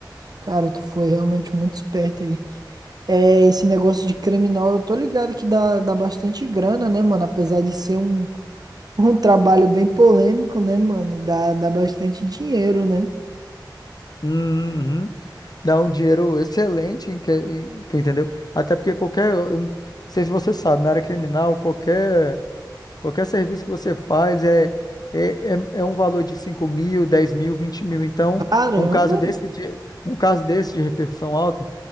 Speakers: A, on the right; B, on the left.
A: Cara, tu foi realmente muito esperto aí. É, esse negócio de criminal, eu tô ligado que dá, dá bastante grana, né, mano? Apesar de ser um, <laughs> um trabalho bem polêmico, né, mano? Dá, dá bastante dinheiro, né?
B: Uhum. Dá um dinheiro excelente, em que- em- tu entendeu? Até porque qualquer, eu não sei se você sabe, na área criminal, qualquer Qualquer serviço que você faz é, é, é, é um valor de 5 mil, 10 mil, 20 mil. Então,
A: Caramba!
B: um caso desse de, um caso desse de repercussão alta,